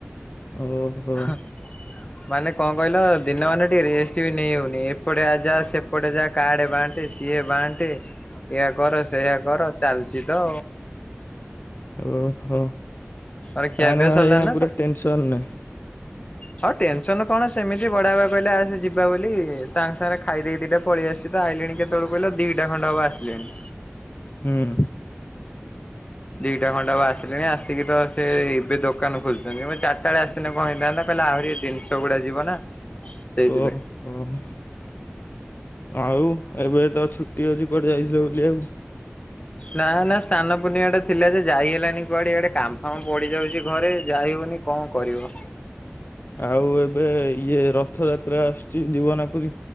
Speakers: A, on the left (about 50°); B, on the left (about 30°).
A: ଓହୋ।
B: ହ ଅ।
A: <inaudible>
B: ମାନେ କଣ କହିଲ, ଦିନ ମାନେ ଟିକେ ରେଷ୍ଟ ବି ନେଇ ହଉନି ଏପଟେ ଆ ଯା ସେପଟେ ଯା। କାଡେ ବାଣ୍ଟେ ସିଏ ବାଣ୍ଟେ ଏଇଆ କର ସେଇଆ କର ଚାଲିଛି ତ!
A: ଓହୋ
B: ତମର ଖିଆ
A: ତାନେ
B: ପିଆ ସରିଲାଣି
A: ଏଇନା ପୁରା ଟେନସନ ରେ।
B: ହ ଟେନସନ କଣ, ସେମିତି ବଡାବାପା କହିଲେ ଆସ ଯିବା ବୋଲି ତାଙ୍କ ସାଙ୍ଗେରେ ଖାଇଦେଇ ଦିଟା ପଳେଇଆସ ସେ ତ ଆଇଲେଣି କେତେବେଳେ କହିଲ ଦିଟା ଖଣ୍ଡ ହବ ଆସିଲେଣି।
A: ହୁଁ।
B: ଦିଟା ଖଣ୍ଡେ ହବ ଆସିଲେଣି ଆସିକି ତ ସେ ଏବେ ଦୋକାନ ଖୋଲୁଛନ୍ତି। ମୁଁ ଚାରିଟା ବେଳେ ଆସି ଥିନେ କଣ ହେଇଥାନ୍ତା, କହିଲା ଆହୁରି ଜିନିଷ ଗୁଡା ଯିବ ନା। ସେଇଥିପାଇଁ।
A: ଓଃ। ଓହୋ ଆଉ ଏବେ ତ ଛୁଟି ଅଛି କୁଆଡେ ଯାଇଥିଲ ବୁଲିବାକୁ।
B: ନା ନା ସ୍ନାନ ପୂର୍ଣ୍ଣିମା ଟା ଥିଲା ଯେ ଯାଇ ହେଲାନି କୁଆଡେ। ଇଆଡେ କାମଫାମ ପଡିଯାଉଛି ଘରେ ଯାଇହଉନି କଣ କରିବ।
A: ଆଉ ଏବେ ଇଏ ରଥଯାତ୍ରା ଆସୁଛି ଜୀବନା ପୁରୀ।